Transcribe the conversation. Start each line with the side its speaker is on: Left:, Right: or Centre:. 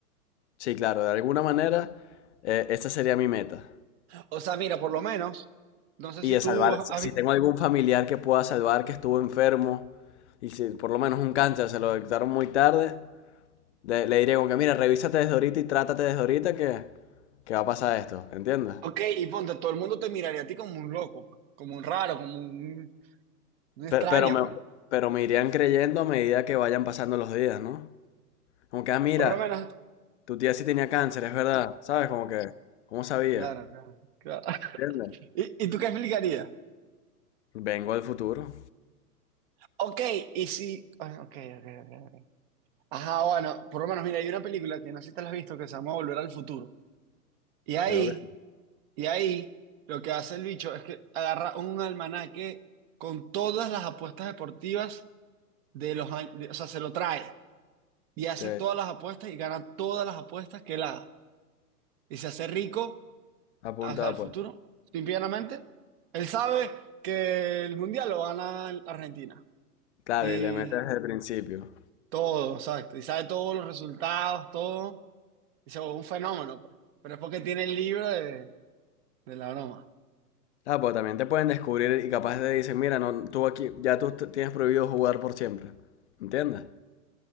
Left: Sí, claro, de alguna manera, eh, esa sería mi meta.
Right: O sea, mira, por lo menos, no sé
Left: Y
Right: si
Left: de
Right: tú
Left: salvar,
Right: has,
Left: si, si tengo algún familiar que pueda salvar que estuvo enfermo, y si por lo menos un cáncer se lo detectaron muy tarde, de- le diré como que, mira, revísate desde ahorita y trátate desde ahorita que, que va a pasar esto, ¿entiendes?
Right: Ok, y ponte, todo el mundo te miraría a ti como un loco, pues, como un raro, como un, un
Left: Pe-
Right: extraño,
Left: Pero me,
Right: pues.
Left: pero me irían creyendo a medida que vayan pasando los días, ¿no? Como que, ah, mira,
Right: Por lo menos.
Left: tu tía sí tenía cáncer, es verdad. ¿Sabes? Como que, ¿cómo sabía?
Right: Claro, claro, claro. <laughs>
Left: ¿Entiendes?
Right: ¿Y, y tú qué explicarías?
Left: Vengo del futuro.
Right: Ok, y si. ah, Ok, ok, ok. ok. Ajá, bueno, por lo menos, mira, hay una película que no sé si te la has visto que se llama Volver al Futuro. Y ahí,
Left: Creo que sí.
Right: y ahí, lo que hace el bicho es que agarra un almanaque con todas las apuestas deportivas de los años. de- O sea, se lo trae y hace
Left: Que
Right: todas las apuestas y gana todas las apuestas que él haga. Y se hace rico
Left: apunta,
Right: hacia el futuro,
Left: pues.
Right: simplemente. Él sabe que el mundial lo gana Argentina
Left: Claro,
Right: y
Left: y le metes desde el principio.
Right: todo, exacto. Y sabe todos los resultados, todo. Y se vuelve un fenómeno, pues. Pero es porque tiene el libro de, de la broma.
Left: ah pues también te pueden descubrir y capaz te dicen, mira, no, tú aquí, ya tú te- tienes prohibido jugar por siempre. ¿Entiendes?